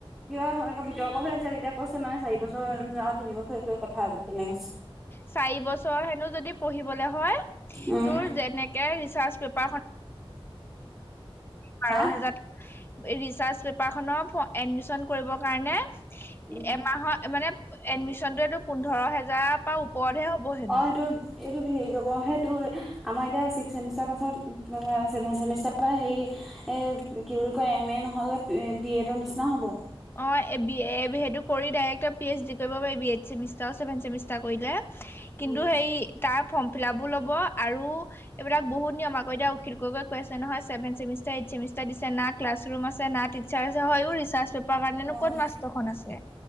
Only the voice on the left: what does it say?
চাৰি বছৰ হেনো যদি পঢ়িবলে হয়
তোৰ যেনেকে ৰিচাৰ্চ পেপাৰখন বাৰ
হাজাৰ ৰিচাৰ্চ পেপাৰ খনৰ এডমিশ্যন কৰিব কাৰণে
এমাহৰ মানে এডমিশ্যনটো পোন্ধৰ হেজা- ত পা ওপৰহে হ'ব হেনো।
অ বি সেইটো কৰিদে ডাইৰেক্ট পি এইচ ডি কৰিব পাৰি B aid semester seventh semester কৰিলে। কিন্তু
সেই তাৰ ফৰ্ম ফ্লাবো ল'ব আৰু এইবিলাক বহুত নিয়ম আকৌ এতিয়া অখিল গগৈ কৈ আছে নহয় ছেভেন ছেমিষ্টাৰ এইট ছেমিষ্টাৰ দিছে নাক- ক্লাছ ৰুম আছে না টিচাৰ্ছ আছে হয় ৰিচাৰ্চ পেপাৰ কাৰণেনো
ক'ত মাষ্টৰখন আছে।